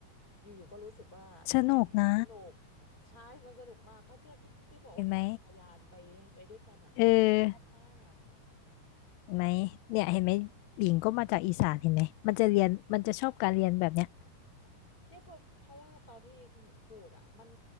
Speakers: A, on the left; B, on the left.
A: อยู่ๆก็รู้สึกว่า
B: สนุกนะ
A: สนุกใช่มันสนุกมากก็เนี่ยที่ที่บอกว่าปั่นจักรยานไปไปด้วยกันอ่ะอันเนี้ยชอบมาก
B: เห็นไหมเออเห็นไหมเนี่ยเห็นไหมหญิงก็มาจากอีสานเห็นไหมมันจะเรียนมันจะชอบการเรียนแบบเนี้ย
A: เนี่ยเพราะเพราะว่าตอนที่คุณหญิงพูดอ่ะมัน